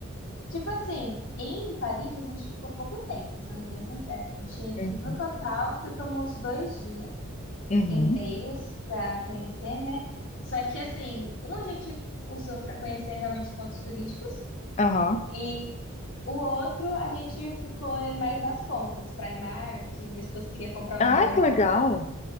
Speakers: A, on the left; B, on the left.
A: tipo assim, em Paris a gente ficou pouco tempo, sendo bem sincero. A gente,
B: Uhum.
A: no total, ficamos dois dias.
B: Uhum.
A: inteiros para conhecer, né? Só que assim, um a gente usou para conhecer realmente os pontos turísticos
B: Aham.
A: e o outro a gente ficou mais nas compras, Primark, o meu esposo queria comprar
B: Ah,
A: um drone
B: que legal!